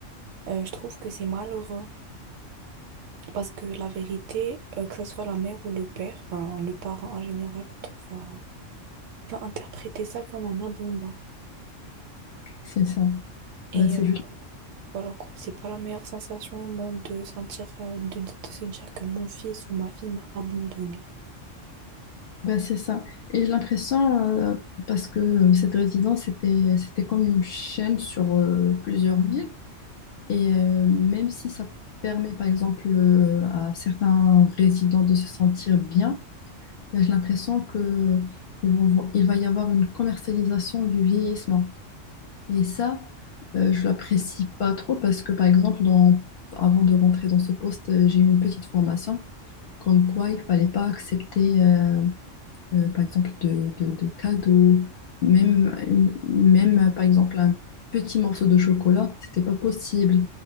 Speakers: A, on the right; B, on the left.
A: Euh, je trouve que c'est malheureux parce que la vérité, euh, que ce soit la mère ou le père, enfin, le parent en général va, trou- va, va interpréter ça comme un abondant.
B: C'est ça. Ben,
A: Et
B: c'est
A: euh,
B: juste.
A: voilà quoi, c'est pas la meilleure sensation au monde de sentir, euh, de, de- de se dire que mon fils ou ma fille m'a abandonné.
B: Ben, c'est ça. Et j'ai l'impression, euh, parce que cette résidence, c'était, c'était comme une chaîne sur euh, plusieurs villes. Et euh, même si ça permet, par exemple, euh, à certains résidents de se sentir bien, mais j'ai l'impression que ils vont- il va y avoir une commercialisation du vieillissement. Et ça, euh, je l'apprécie pas trop parce que, par exemple, dans- avant de rentrer dans ce poste, euh, j'ai eu une petite formation comme quoi il fallait pas accepter, euh, euh, par exemple, de, de- de cadeaux, même, une- même, euh, par exemple, un petit morceau de chocolat. C'était pas possible,